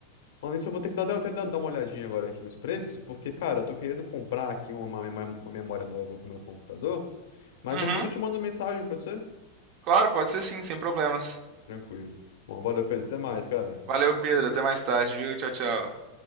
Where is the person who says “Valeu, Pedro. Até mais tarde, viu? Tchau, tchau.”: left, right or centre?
Right